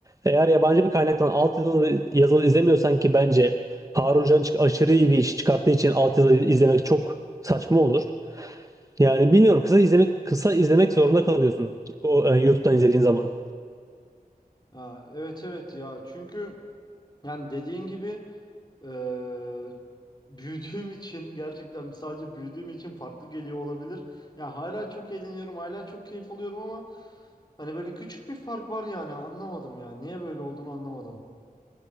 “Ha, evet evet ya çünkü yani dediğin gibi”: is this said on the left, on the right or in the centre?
Left